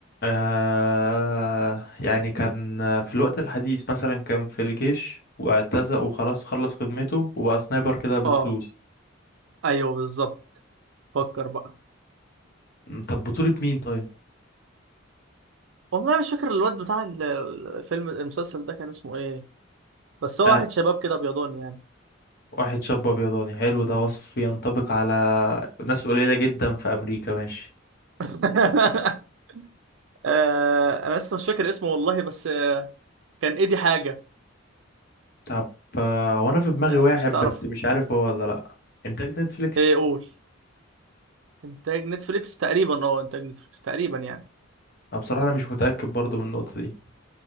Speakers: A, on the left; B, on the right.
A: آه يعني كان في الوقت الحديث مثلا كان في الجيش واعتزق وخلاص خلص خدمته وبقى سنايبر كده بفلوس
B: اه أيوه بالظبط فكر بقى
A: م، طب بطولة مين طيب؟
B: والله مش فاكر الواد بتاع ال- الفيلم المسلسل ده كان اسمه ايه بس هو
A: آه
B: واحد شباب كده بيضاني يعني
A: واحد شاب أبيضاني حلو ده وصف ينطبق على ناس قليلة جدا في أمريكا ماشي
B: <laughs> آه، انا لسه مش فاكر اسمه والله بس آه، كان ايدي حاجة
A: طب آه، هو أنا في دماغي
B: آه،
A: واحد
B: مش هتعرفه
A: بس مش عارف هو ولا لأ إنتاج نتفليكس؟
B: ايه قول انتاج نتفليكس تقريبا اه انتاج نتفليكس تقريبا يعني
A: أنا بصراحة أنا مش متأكد برضو من النقطة دي